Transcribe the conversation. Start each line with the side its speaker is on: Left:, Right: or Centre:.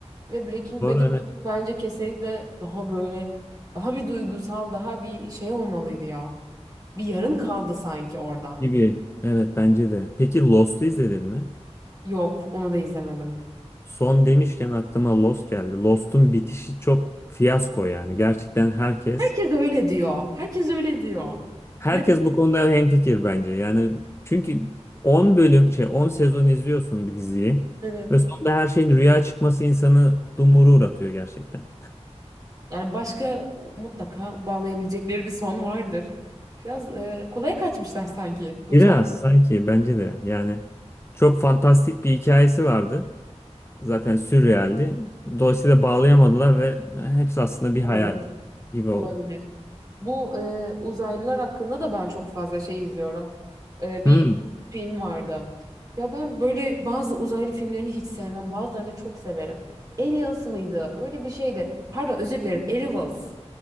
Right: Ve Breaking
Left: Doğru
Right: Bad
Left: evet
Right: bence kesinlikle daha böyle daha bir duygusal, daha bir şey olmalıydı ya. Bir yarım kaldı sanki orada.
Left: gibi. Evet bence de. Peki Lost'u izledin mi?
Right: Yok, onu da izlemedim.
Left: Son demişken aklıma Lost geldi. Lost'un bitişi çok fiyasko yani. Gerçekten herkes
Right: Herkes öyle diyor. Herkes öyle diyor.
Left: herkes
Right: Ne?
Left: bu konuda hemfikir bence. Yani çünkü 10 bölüm şey 10 sezon izliyorsun bir diziyi
Right: Evet.
Left: ve sonunda her şeyin rüya çıkması insanı dumuru uğratıyor gerçekten.
Right: Yani başka mutlaka bağlayabilecekleri bir son vardır. Biraz e, kolaya kaçmışlar sanki bu
Left: Biraz
Right: son.
Left: sanki bence de yani çok fantastik bir hikayesi vardı. zaten sürrealdi. Dolayısıyla bağlayamadılar ve e, hepsi aslında bir
Right: Olabilir.
Left: hayal gibi
Right: Olabilir.
Left: oldu.
Right: Bu e, uzaylılar hakkında da ben çok fazla şey izliyorum. E, bir
Left: Hmm.
Right: film vardı. Ya ben böyle bazı uzaylı filmlerini hiç sevmem. Bazılarını çok severim. Aliens mıydı? Öyle bir şeydi. Pardon özür dilerim. Arrivals.